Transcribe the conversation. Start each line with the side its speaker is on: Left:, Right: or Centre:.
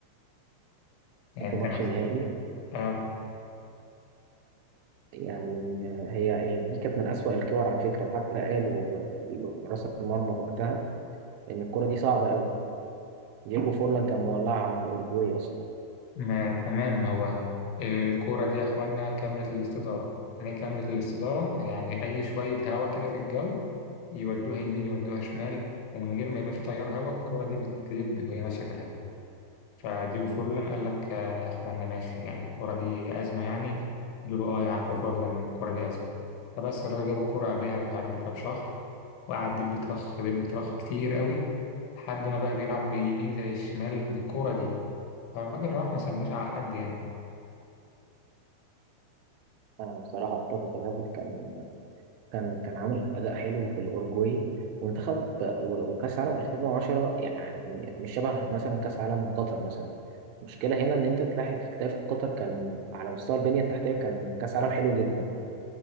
Left: يعني
Right: حتى
Left: انت
Right: ماتش
Left: مثلا
Right: النهائي
Left: اه
Right: يعني آه، هي هي دي كانت من أسوأ الكور على فكرة وحتى قالوا آه، حراس المرمى وقتها إن الكرة دي صعبة قوي دييجو فورلان كان مولعها مع الأورجواي أصلا
Left: ما تمام هو الكورة دي يا اخوانا كاملة الاستدارة يعني ايه كاملة الاستدارة يعني اي شوية هوا كده في الجو يودوها يمين يودوها شمال ومن غير ما يبقى في تيار هوا الكورة دي بتلب وهي ماشية في الهوا فديجو فورلان قال لك آه، يا اخوانا ماشي يعني الكرة دي أزمة يعني قالوا له اه يا عم فورلان الكرة دي أزمة فبس الراجل جاب الكرة قبلها مش عارف بكام شهر وقعد دب ترخ دب ترخ كتير قوي لحد ما بقى بيلعب بيمين زي الشمال بالكرة دي فالراجل راح ما سماش على حد يعني
Right: أنا بصراحة أتفق الراجل كان كان كان عامل اداء حلو في الاورجواي وانتخب و- وكاس عالم 2010 يعني مش شبه مثلا كاس عالم قطر مثلا المشكله هنا ان انت تلاحظ تلاقي في قطر كان على مستوى البنيه التحتيه كان كاس عالم حلو جدا